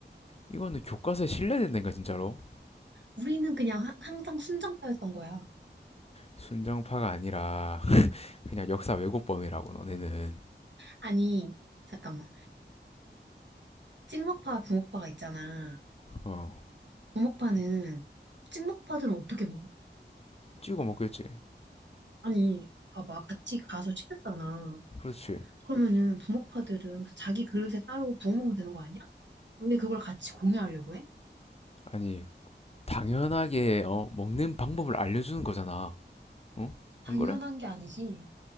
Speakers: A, on the left (about 35°); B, on the right (about 70°).
A: 이거는 교과서에 실려된다니까 진짜로
B: 우리는 그냥 하- 항상 순정파였던 거야.
A: 순정파가 아니라 그냥 역사 왜곡범이라고 너네는
B: 아니, 잠깐만. 찍먹파, 부먹파가 있잖아.
A: 어
B: 부먹파는, 찍먹파들은 어떻게 먹어?
A: 찍어 먹겠지
B: 아니, 봐봐. 같이 가서 시켰잖아.
A: 그렇지
B: 그러면은 부먹파들은 자기 그릇에 따로 부어 먹으면 되는 거 아니야? 왜 그걸 같이 공유하려고 해?
A: 아니 당연하게 어 먹는 방법을 알려주는 거잖아 어?
B: 당연한
A: 안 그래?
B: 게 아니지.